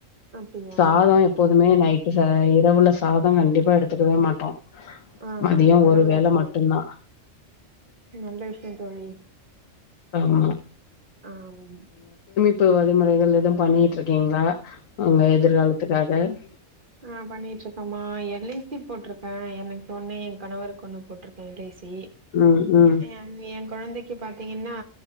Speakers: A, on the right; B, on the left.
A: அப்படியா
B: சாதோ எப்போதுமே நைட்டு ஆ இரவுல சாதம் கண்டிப்பா எடுத்துக்கவே மாட்டோ
A: ஆ
B: மதியோ
A: ஆமா ந
B: ஒரு
A: நல்ல
B: வேள
A: விஷயோ
B: மட்டுந்தா
A: நல்ல விஷயோ தோழி
B: ஆமா
A: அம்
B: ப்பு வழிமுறைகள் எதும் பண்ணிட்ருக்கீங்களா உங்க எதிர்காலத்துக்காக க
A: ஆ பண்ணிட்ருக்கம்மா எல் ஐ சி போட்ருக்கே எனக்கு ஒண்ணு என் கணவருக்கு ஒண்ணு போட்ருக்கே எல் ஐ சி
B: ம் ம்
A: என் என் கொழந்தைக்கி பாத்தீங்கன்னா